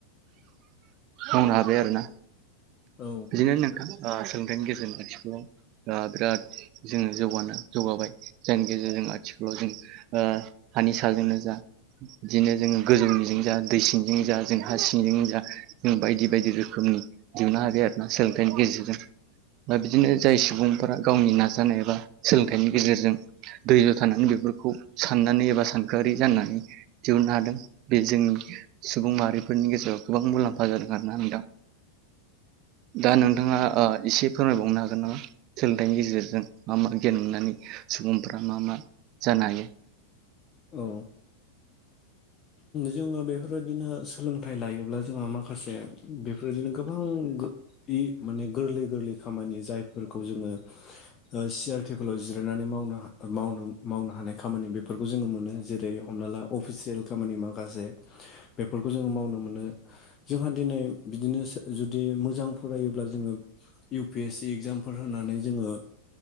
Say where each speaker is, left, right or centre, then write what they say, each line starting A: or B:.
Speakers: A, on the right; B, on the left.
A: मावनो हाबाय आरोना
B: औ
A: बिदिनो नोंथां। ओ सोलोंथाइनि गेजेरजों आथि ओ बिराद जोङो जौगानो जौगाबाय जायनि गेजेरजों आथिखालाव जों ओ हानि साजोंनो जा बिदिनो जोङो गोजौनिजों जा दै सिंजों जा जों हा सिंजों जा जों बायदि बायदि रोखोमनि दिहुननो सोलोंथाइनि गेजेरजों बा बिदिनो जाय सुबुं फोरा गावनि नाजानाय एबा सोलोंथाइनि गेजेरजों दैज' थानानै बेफोरखौ साननानै एबा सानखोआरि जाननानै दिहुननो हादों बे जोंनि सुबुं माहारि फोरनि गेजेराव गोबां मुलाम्फा जादों आरोना नोंथां दा नोंथाङा ओ एसे फोरमायबावनो हागोन नामा सोलोंथाइनि गेजेरजों मा मा गियान मोननानै सुबुंफ्रा मा मा जानो हायो?
B: औ जोङो बेफोरबायदिनो सोलोंथाइ लायोब्ला जोंहा माखासे बेफोरदिनो गोबां- इ माने गोरलै गोरलै खामानि जायफोरखौ जोङो ओ सियार टेबोलाव जिरायनानै मावनो मावनो हानाय खामानि बेफोरखौ जोङो मोनो जेरै हमना ला अफिसियेल खामानि माखासे बेफोरखौ जोङो मावनो मोनो। जोंहा दिनै बिदिनो जुदि मोजां फरायोब्ला जोङो इउ पि एस सि एगजामफोर होनानै जोङो